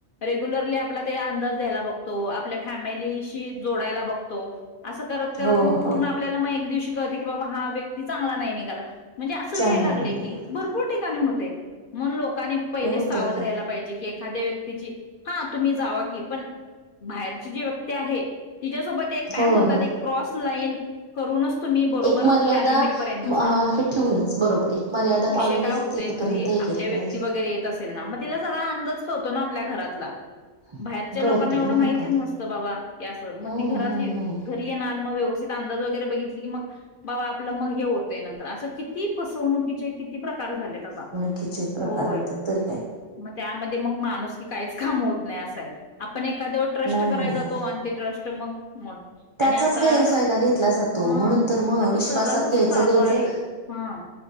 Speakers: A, on the left; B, on the right.
A: रेग्युलरली आपला त्याला अंदाज द्यायला बघतो आपल्या फॅमिली शी की जोडायला बघतो अस करत करत
B: हो
A: मग पूर्ण
B: हो
A: आपल्याला म एक दिवशी कळतं की बाबा हा व्यक्ती चांगला नाही निघाला म्हणजे असे
B: चांगला
A: हे लागलय
B: नाही निघाला.
A: की भरपूर ठिकाणी होतंय. म्हणून लोकांनी पहिलेच
B: हो
A: सावध
B: तर काय
A: राहायला पाहिजे की एखाद्या व्यक्तीची हा तुम्ही जावा की पण बाहेरची जी व्यक्ती आहे तिच्यासोबत एक काय
B: हो
A: बोलतात
B: हो.
A: एक क्रॉस लाईन करूनच तुम्ही बरोबर
B: एक मर्यादा
A: त्या लिमिट पर्यंतच
B: म- अ,
A: हां
B: हे ठेवूनच बरोबर एक मर्यादा
A: विषय
B: पाळूनच
A: काय होतोय
B: तिथपर्यंत
A: घरी
B: हे
A: आपल्या
B: केलं
A: व्यक्ती
B: पाहिजे
A: वगैरे येत असेल ना मग तिला जरा अंदाज कळतो ना आपल्या घरातला
B: <unintelligible>
A: बाहेरच्या
B: गळतो
A: लोकांना एवढं
B: मग
A: माहितीच
B: काय
A: नसतं बाबा की असं मग
B: हम्म
A: ती घरातली
B: हम्म हम्म
A: घरी येणार मग <unintelligible> अंदाज वगैरे बघितली की मग बाबा आपलं मग हे होतंय नंतर असं किती फसवणुकीचे किती प्रकार झालेत आता
B: च <unintelligible> प्रकार
A: होय
B: होतात तर काय
A: मग त्यामध्ये मग माणूस की काहीच काम होत नाही असंय आपण एखाद्यावर ट्रस्ट
B: नाही
A: कराया
B: नाही
A: जातो
B: नाही
A: आणि ते ट्रस्ट तर मग मो-
B: त्याचाच
A: आणि आता
B: गैरफायदा घेतला
A: हा
B: जातो म्हणून तर मग
A: आता
B: विश्वासात
A: सर्रास असं
B: घ्यायचं
A: चालू
B: घ्यायचं
A: आहे हा